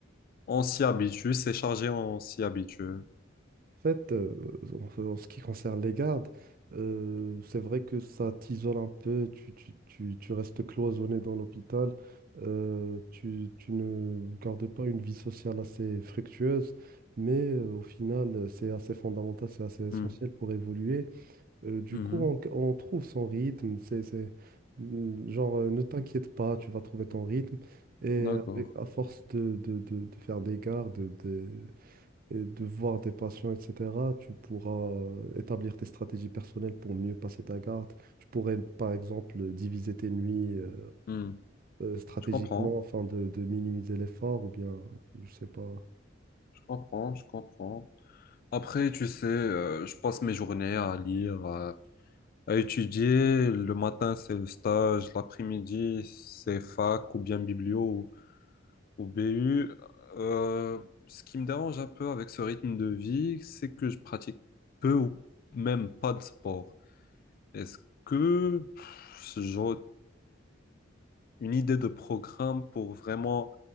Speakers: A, on the left (about 50°); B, on the right (about 50°).
A: on s'y habitue, c'est chargé, on s'y habitue?
B: En fait, euh, en en ce qui concerne les gardes, euh, c'est vrai que ça t'isole un peu, tu, tu- tu- tu restes cloisonné dans l'hôpital, euh, tu, tu ne gardes pas une vie sociale assez fructueuse, mais euh, au final, euh, c'est assez fondamental, c'est assez essentiel
A: Hmm.
B: pour évoluer. Euh, du
A: Mhm.
B: coup, on, on trouve son rythme, c'est, c'est- Mm, genre, euh, ne t'inquiète pas, tu vas trouver ton rythme. Et
A: D'accord.
B: avec- à force de, de- de- de faire des gardes, de et de voir des patients, etc., tu pourras euh, établir tes stratégies personnelles pour mieux passer ta garde. Tu pourrais, par exemple, diviser tes nuits euh,
A: Hmm.
B: euh, stratégiquement
A: Je comprends,
B: afin de, de minimiser l'effort ou bien, je sais pas.
A: je comprends, je comprends. Après, tu sais, euh, je passe mes journées à lire, à, à étudier. Le matin, c'est le stage, l'après-midi, c'est fac ou bien biblio Au BU, euh, ce qui me dérange un peu avec ce rythme de vie, c'est que je pratique peu ou même pas de sport. Est-ce que pff, j'aurais une idée de programme pour vraiment